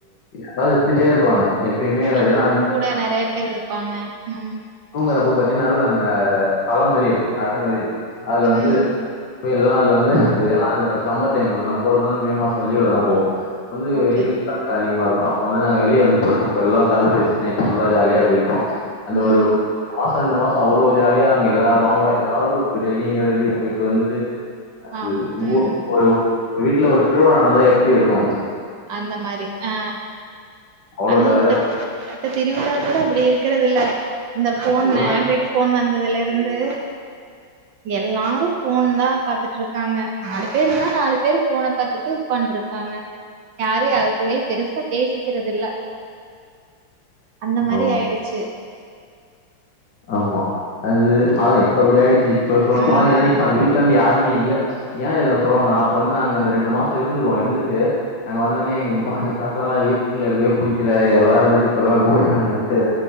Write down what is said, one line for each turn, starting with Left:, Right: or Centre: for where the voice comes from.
Left: யாராது இருத்துட்டே இருப்பாங்க எப்பயுமே
Right: ஆ
Left: ஏன்னா <inaudible>
Right: கூட நெறைய பேர் இருப்பாங்க ம்
Left: தூங்குறப்ப பாத்தீன்னா நடுல அந்த கள மாரி இருக்கு நடு மாரி இருக்கு அதுல
Right: ம்
Left: வந்து போய் எல்லா அதுல வந்து ஏன்னா அந்த சம்மர் டைம் நம் போறதுலா அந்த மே மாச லீவுலதா போவோ வந்து
Right: ஓகே
Left: வெயில் தாக்க அதிகமா இருக்கு அப்போந்து நா வெளிய வந்து படுத்துப்ப எல்லா கத பேசி நைட் ஃபுல்லா ஜாலியா அப்புடி இரு க்கு அந்த
Right: ம்
Left: ஒரு ஒரு மாச ரெண்டு மாச அவ்ளோ ஜாலியா அங்க எல்லாரு மாமாவு ஏதாது போய் டெய்லியு எங்காது வெளிய போய்ட்டு வந்துட்டு அது
Right: ஆம் ம்
Left: ஒரு ஒரு வீட்ல ஒரு திருவிழா நடந்தா எப்டி இருக்கு
Right: அந்த மாரி ஆ
Left: அவ்ளோ
Right: ஆனா
Left: ஜாலியா
Right: இப்ப
Left: இருக்கும்.
Right: இப்ப திருவிழா கூட அப்டி இருக்கறதுல்ல இந்த போன்
Left: இப்ப கூட
Right: ஆண்ட்ராய்டு ஃபோன் வந்ததுலருந்து எல்லாரு ஃபோன்தா பாத்துட்ருக்காங்க நாலு பேர் இருந்தா நாலு பேர் ஃபோன பாத்துட்டு உக்காண்ட்ருக்காங்க யாரு யாரு கூடயு பெருசா பேசிக்கறது இல்ல அந்த மாரி
Left: ஆமா,
Right: ஆயிடுச்சு
Left: ஆமா அது அது இப்ப அப்புடி ஆயிடுச்சு இப்ப சொல்லப்போனா
Right: ம்
Left: ஏன்னா இப்ப அந்த வீட்ல வந்து யாருமே இல்ல ஏ இத நா சொல்ல வந்தனா
Right: ஓகே
Left: அப்ப வந்து நாங்க அந்த
Right: ஆ
Left: ரெண்டு மாச இருந்துருவோ இருந்துட்டு நாங் வந்தோனே எங்க எங்க தாத்தால்லா வீட்ல இருக்கவே புடிக்கல எல்லா இருந்துட்டு இப்ப எல்லாமே போயிட்டானுங்கன்ட்டு